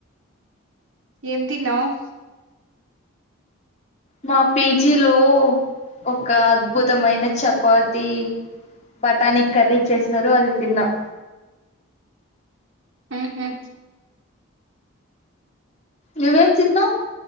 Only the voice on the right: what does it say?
ఏం తిన్నావ్
ఉహూ